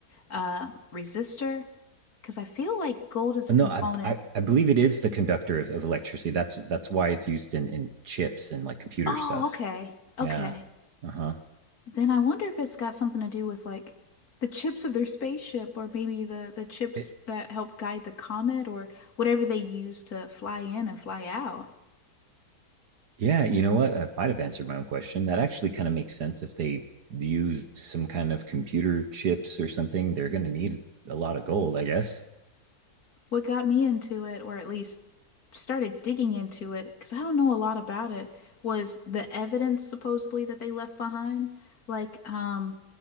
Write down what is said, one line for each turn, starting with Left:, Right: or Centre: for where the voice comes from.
Left: uh resistor. Because I feel like gold is
Right: No,
Left: a component.
Right: I, I I believe it is the conductor of, of electricity. That's that's why it's used in in chips and like computer
Left: Oh,
Right: stuff.
Left: okay. Okay.
Right: Yeah. Uh-huh.
Left: Then I wonder if it's got something to do with like the chips of their spaceship or maybe the the chips
Right: It,
Left: that help guide the comet or whatever they use to fly in and fly out.
Right: yeah, you know what? I might have answered my own question. That actually kind of makes sense if they use some kind of computer chips or something. They're going to need a lot of gold, I guess.
Left: What got me into it, or at least started digging into it, because I don't know a lot about it, was the evidence supposedly that they left behind. Like, um,